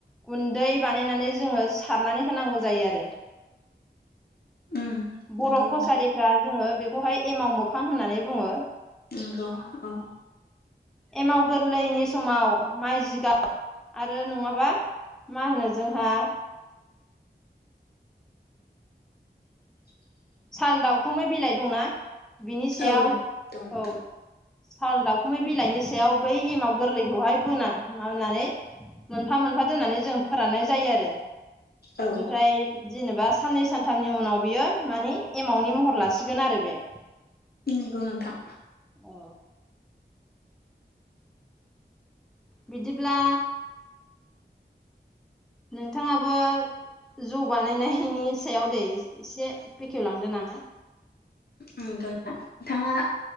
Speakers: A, in the centre; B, on the left.
A: गुन्दै बानायनानै जोङो सारनानै होनांगौ जायो आरो
B: उम
A: बर'
B: नंगौ
A: कसारिफ्रा
B: नोंथां
A: जोङो बेखौहाय एमाव मोखां होननानै बुङो
B: नंगौ औ
A: एमाव गोरलैनि समाव माइ जिगाब आरो नङाबा मा होनो जोंहा
B: <unintelligible>
A: साल दाउखुमै बिलाइ दंना बिनि सायाव
B: औ दं नोंथां
A: औ साल दावखुमै बिलाइनि सायाव बै एमाव गोरलैखौहाय बोना माबानानै मोनफा मोनफा दोननानै जों फोराननाय जायो आरो
B: औ
A: ओमफ्राय जेनेबा साननै सानथामनि उनाव बियो माने एमावनि महर लासिगोन आरो बे
B: नंगौ नोंथां
A: औ बिदिब्ला नोंथाङाबो जौ बानायनायनि सायाव दे एसे बेखेवलांदो नामा
B: नोंथाङा